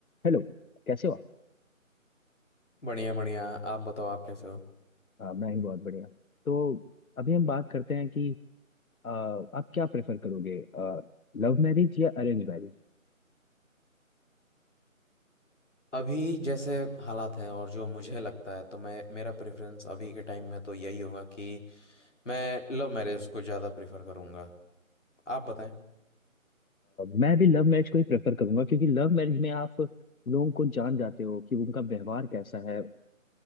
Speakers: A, on the left; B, on the left.
A: हेलो कैसे हो आप
B: बढ़िया बढ़िया आप बताओ आप कैसे हो
A: हाँ, मैं ही बहुत बढ़िया तो अभी हम बात करते हैं कि आ, आप क्या प्रेफर करोगे लव मैरिज या अरेंज मैरिज
B: अभी जैसे हालात हैं और जो मुझे लगता है तो मैं मेरा प्रेफरेंस अभी के टाइम में तो यही होगा कि मैं लव मैरिज को ज़्यादा प्रेफर करूँगा आप बताएं
A: मैं भी लव मैरिज को ही प्रेफर करूंगा क्योंकि लव मैरिज में आप लोगों को जान जाते हो कि उनका व्यवहार कैसा है